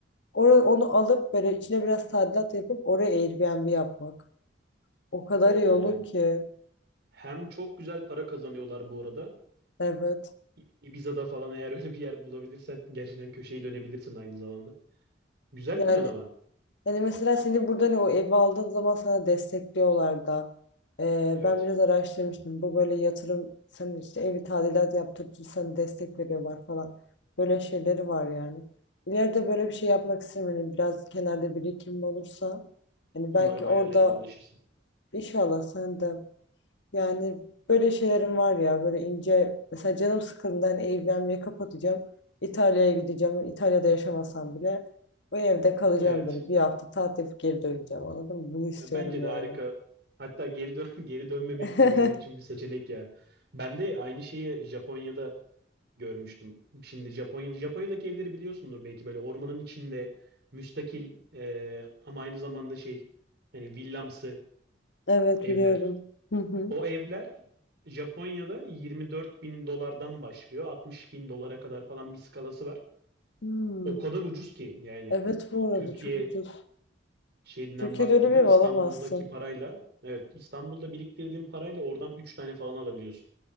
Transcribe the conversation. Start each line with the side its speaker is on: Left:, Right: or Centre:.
Left: Or- onu alıp böyle içine biraz tadilat yapıp oraya Airbnb yapmak. O kadar
Right: O
Left: iyi olur ki.
Right: Hem çok güzel para kazanıyorlar bu arada.
Left: Evet.
Right: İ- Ibiza'da falan eğer öyle bir yer bulabilirsen gerçekten köşeyi dönebilirsin aynı zamanda. Güzel
Left: Yani
Right: plan ama.
Left: hani mesela seni burada ne o evi aldığın zaman sana destekliyorlar da. Ee,
Right: Evet.
Left: ben biraz araştırmıştım. Bu böyle yatırım sen işte evi tadilat yaptırıcı sana destek veriyorlar falan. Böyle şeyleri var yani. İleride böyle bir şey yapmak istemiyorum. Biraz kenarda birikim olursa hani
Right: Umarım
Left: belki
Right: hayallerine
Left: orada
Right: ulaşırsın.
Left: inşallah sen de Yani böyle şeylerim var ya böyle ince mesela canım sıkıldığında hani Airbnb'yi kapatacağım. İtalya'ya gideceğim. İtalya'da yaşamasam bile o evde kalacağım
Right: Evet.
Left: böyle bir hafta tatil yapıp geri döneceğim anladın mı? Bunu istiyorum
Right: Bence de
Left: yani.
Right: harika. Hatta geri dön <laughs> geri dönmemek
Left: <laughs>
Right: bile benim için bir seçenek ya. Ben de aynı şeyi Japonya'da görmüştüm. Şimdi Japonya'da Japonya'daki evleri biliyorsundur belki böyle ormanın içinde müstakil e, ama aynı zamanda şey hani villamsı
Left: Evet
Right: evler.
Left: biliyorum. Hı hı.
Right: O evler Japonya'da 24 bin dolardan başlıyor. 60 bin dolara kadar falan bir skalası var.
Left: Hmm.
Right: O kadar ucuz ki yani
Left: Evet bu
Right: Türkiye
Left: arada çok ucuz.
Right: şeyinden
Left: Türkiye'de
Right: baktığında
Left: öyle bir ev
Right: İstanbul'daki
Left: alamazsın.
Right: parayla evet İstanbul'da biriktirdiğin parayla oradan 3 tane falan alabiliyorsun.